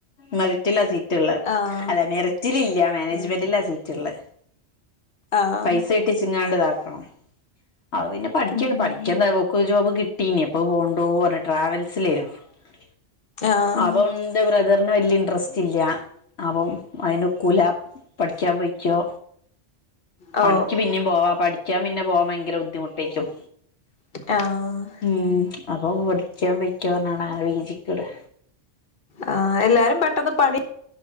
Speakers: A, on the left; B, on the left.
A: മെറിറ്റിലാ സീറ്റ് ട്ട്ള്ളെ
B: ആഹ്
A: അല്ല മെറിറ്റിൽ ഇല്ലാ. മാനേജ്മെന്റില
B: ഉം ഉം
A: സീറ്റ് ഇള്ളെ.
B: ആഹ്
A: പൈസ ഇട്ട് ട്ടിച്ചിങ്ങാണ്ട് ഇതാക്കണം. അത് പിന്നെ പഠിക്കേണ്
B: ഉം
A: പഠിക്കണ്ടാ ബുക്ക് ജോബ് കിട്ടീനെഎപ്പൊ പോണ്ടോ പറഞ്ഞ് ട്രാവൽസിലേയ് അ - <unintelligible>
B: ആഹ്
A: അവം ഇന്റെ ബ്രദർന് വെല്യാ ഇൻട്രസ്റ്റില്ലാ അവം അയ്നൊക്കൂല. പഠിക്കാൻ പൊയ്ക്കോ
B: ഓ
A: പണിക്ക് പിനേം പോവാം പഠി ക്കാൻ പിനെ പോവാൻ ഭയങ്കര ബുദ്ധിമുട്ടേക്കും.
B: ആഹ
A: ഉം അപ്പം പഠിക്കാൻ പൊയ്ക്കോന്നാണ് അവനെ പി ജി ക്ക്‌ വിടെ.
B: ആഹ് എല്ലാരും പെട്ടന്ന് പണി